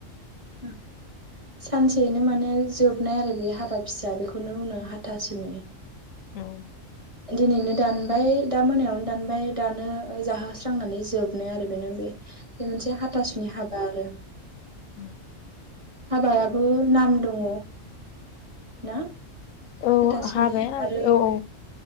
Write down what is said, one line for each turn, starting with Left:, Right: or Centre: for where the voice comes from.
Right: <unintelligible> सानसेयैनो माने जोबनाय आरो बे हाबा फिसा बेखौनो होनो हाथासोनि।
Left: औ
Right: दिनैनो दानबाय दा मोनायावनो दानबाय दानो जाहोस्रांनानै जोबनाय आरो बेनो बे। बे मोनसे हाथासुनि हाबा। ए
Left: उ
Right: हाबायाबो नाम दङ ना
Left: औ
Right: हाथासुनि
Left: हाबाया औ
Right: आरो
Left: औ